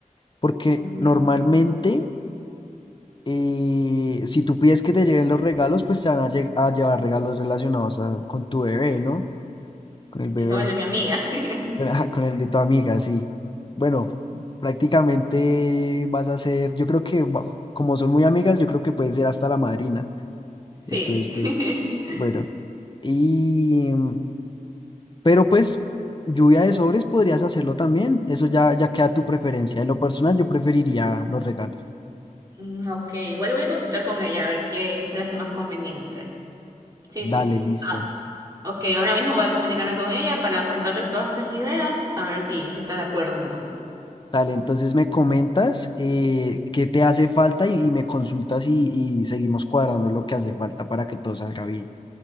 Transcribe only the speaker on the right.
Ujú.
Y con el de mi amiga. <laughs>
Sí.
<laughs>
Mm, Ok, igual voy a consultar con ella a ver qué, qué se le hace más conveniente. Sí,
sí.
Ah, ok, ahora mismo voy a comunicarme con ella para contarles todas estas ideas, a ver si se está de acuerdo o no.